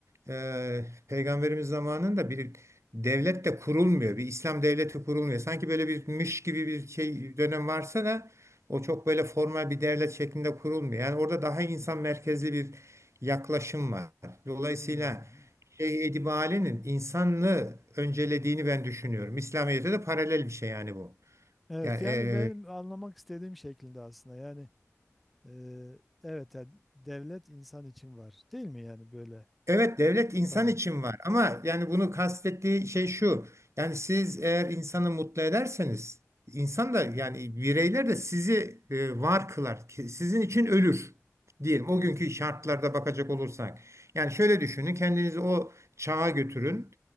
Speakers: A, on the right (about 60°); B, in the centre.
A: e, Peygamberimiz zamanında bir devlet de kurulmuyor. Bir İslam devleti kurulmuyor. Sanki böyle bir mış gibi bir şey dönem varsa da o çok böyle formal bir devlet şeklinde kurulmuyor. Yani orada daha insan merkezli bir yaklaşım var. Dolayısıyla
B: Hmm.
A: şey Edibale'nin insanlığı öncelediğini ben düşünüyorum. İslamiyet'e de paralel bir şey yani bu.
B: Evet
A: Yani
B: yani
A: e,
B: benim anlamak istediğim şeklinde aslında. Yani e, evet yani devlet insan için var. Değil mi yani böyle?
A: Evet devlet insan
B: Tamam.
A: için var ama yani bunu kastettiği şey şu. Yani siz eğer insanı mutlu ederseniz insan da yani bireyler de sizi e, var kılar. ki- Sizin için ölür diyelim o
B: Hmm,
A: günkü şartlarda
B: Evet.
A: bakacak olursak. Yani şöyle düşünün kendinizi o çağa götürün.